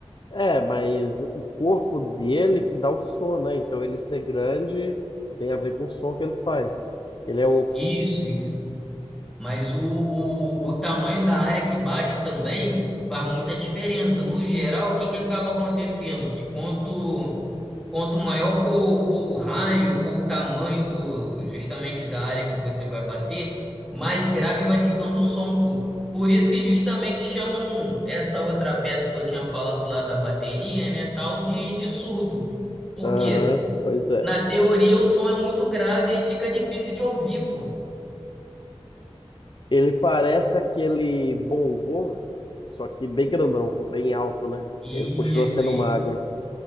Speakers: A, on the left; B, in the centre.
A: É, mas o corpo dele que dá o som, né? Então ele ser grande tem a ver com o som que ele faz. Ele é oco.
B: Isso, isso. Mas o, o, o tamanho da área que bate também faz muita diferença. No geral, o que que acaba acontecendo? Que quanto, quanto maior for, for o raio, for o tamanho do justamente da área que você vai bater, mais grave vai ficando o som, pô. Por isso que justamente chamam essa outra peça que eu tinha falado lá da bateria, né, tal de, de surdo. Por
A: Aham,
B: quê?
A: pois é.
B: Na teoria, o som é muito grave e aí fica difícil de ouvir, pô.
A: Ele parece aquele bongô, só que bem grandão, bem alto, né?
B: Isso,
A: Ele continua sendo magro.